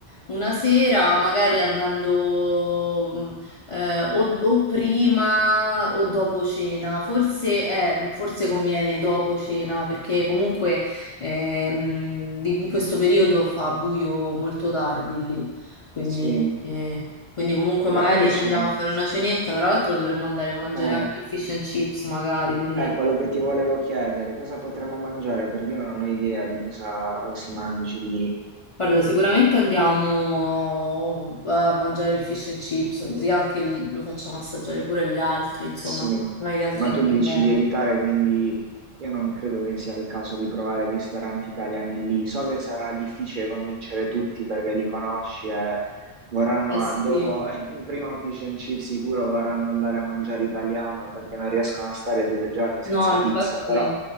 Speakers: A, on the left; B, on the right.
A: una sera magari andando mh, eh, o, o prima o dopo cena, forse, eh, forse conviene dopo cena perché comunque ehm, di- in questo periodo fa buio molto tardi lì, quindi,
B: sì.
A: eh, quindi comunque
B: Ma
A: magari
B: invece...
A: ci andiamo a fare
B: sì.
A: una cenetta, tra l'altro dovremmo andare a mangiare
B: Ah,
A: anche il fish and chips magari, quindi...
B: eh, quello che ti volevo chiedere, cosa potremmo mangiare? Perché io non ho idea di cosa si mangi lì.
A: Guarda, sicuramente andiamo a mangiare il fish and chips, così anche il- lo facciamo assaggiare pure agli altri, insomma,
B: Sì,
A: secondo me gli altri
B: ma
A: andranno
B: tu dici
A: bene.
B: di evitare, quindi io non credo che sia il caso di provare ristoranti italiani lì. So che sarà difficile convincere tutti perché li conosci e vorranno,
A: Eh sì.
B: dopo <laughs> il primo fish and chip sicuro, vorranno andare a mangiare italiano perché non riescono a stare due giorni
A: No,
B: senza
A: infatti,
B: pizza, però...